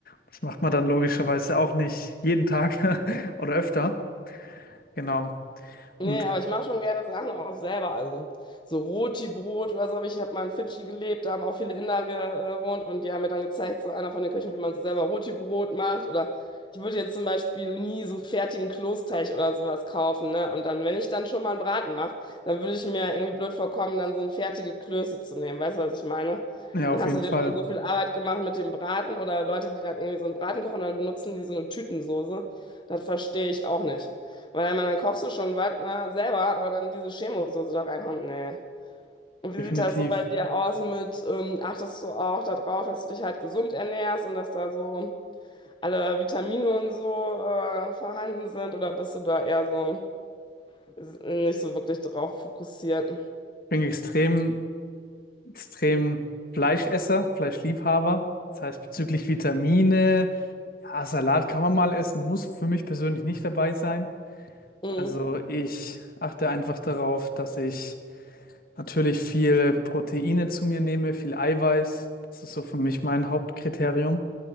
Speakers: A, on the left (about 55°); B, on the left (about 25°).
A: Das macht man dann logischerweise auch nicht jeden Tag <laughs> oder öfter. Genau. Und
B: Nee, aber ich mache schon gerne Sachen auch selber. Also so Roti-Brot oder so. Aber ich habe mal in Fidschi gelebt, da haben auch viele Inder gewohnt und die haben mir dann gezeigt, so einer von den Köchen, wie man so selber Roti-Brot macht. Oder ich würde jetzt zum Beispiel nie so fertigen Kloßteig oder sowas kaufen, ne? Und dann, wenn ich dann schon mal einen Braten mache, dann würde ich mir irgendwie blöd vorkommen, dann so ein fertige Klöße zu nehmen. Weißt du, was ich meine?
A: ja,
B: Dann
A: auf
B: hast
A: jeden
B: du
A: Fall.
B: dir schon so viel Arbeit gemacht mit dem Braten oder Leute, die dann irgendwie so einen Braten kochen und dann benutzen die so eine Tütensoße. Das verstehe ich auch nicht. Weil dann, dann kochst du schon was, ne, selber, aber dann diese Chemosoße da reinhauen, nee. Und wie
A: Definitiv.
B: sieht das so bei dir aus mit, ähm, achtest du auch darauf, dass du dich halt gesund ernährst und dass da so alle Vitamine und so äh, vorhanden sind? Oder bist du da eher so s- nicht so wirklich drauf fokussiert?
A: Ich bin extrem extrem Fleischesser, Fleischliebhaber. Das heißt, bezüglich Vitamine, ja, Salat kann man mal essen, muss für mich persönlich nicht dabei sein.
B: Mm,
A: Also ich achte einfach darauf, dass ich natürlich viel Proteine zu mir nehme, viel Eiweiß. Das ist so für mich mein Hauptkriterium,